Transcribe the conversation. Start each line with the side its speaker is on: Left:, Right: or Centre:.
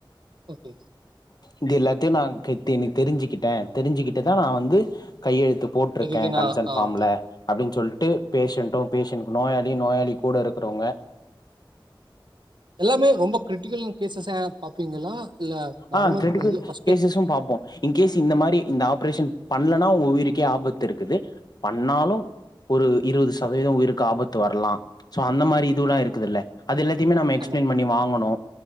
Right: ஓகே
Left: இது எல்லாத்தையு நா கெத்தேனி தெரிஞ்சுக்கிட்ட தெரிஞ்சுக்கிட்டு தா நா வந்து கையெழுத் த்து போட்ருக்கே
Right: இதுக்கு நா
Left: கன்சன்
Right: ஆ
Left: ஃபாம்ல
Right: ஓகே
Left: அப்டின்னு சொல்ட்டு பேஷன்ட்டு
Right: ஓகே
Left: பேஷன் நோயாளி நோயாளி கூட இருக்கிறவுங்க
Right: எல்லாமே ரொம்ப கிரிட்டிக்கல் கேசஸ்சா பாப்பீங்களா இல்ல நார்மல்
Left: ஆ கிரிட்டிக்கல்
Right: இல் ஃபஸ்ட்டு
Left: கேசஸும் பாப்போ இன்கேஸ் இந்த மாரி இந்த ஆப் பிரேஷன் பண்லனா உங்க உயிருக்கே ஆபத்திருக்குது பண்ணாலு ஒரு இருவது சதவீதோ உயிருக்கு ஆபத்து வர்லா சோ அந்த மாரி இதுவுல்லா இருக்குதுல்ல அது எல்லாத்தையுமே நம்ம எக்ஸ்பிளைன்
Right: ஆமா
Left: பண்ணி வாங்கணு